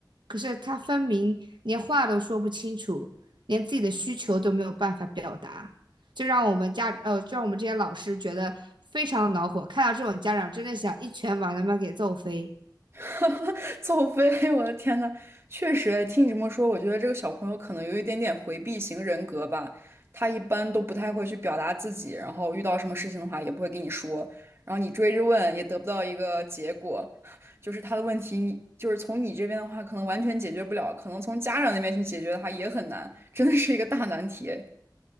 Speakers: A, on the right; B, on the right.
A: 可是他分明连话都说不清楚，连自己的需求都没有办法表达，这让我们家呃，就让我们这些老师觉得非常恼火。看到这种家长，真的想一拳把他们给揍飞。
B: <laughs> 哈哈，<laughs> 走飞！我的天呐，确实，哎听你这么说，我觉得这个小朋友可能有一点点回避型人格吧。他一般都不太会去表达自己，然后遇到什么事情的话也不会跟你说，然后你追着问也得不到一个结果，<laughs> 就是他的问题你，就是从你这边的话可能完全解决不了，可能从家长那边去解决的话也很难，真的是一个大难题。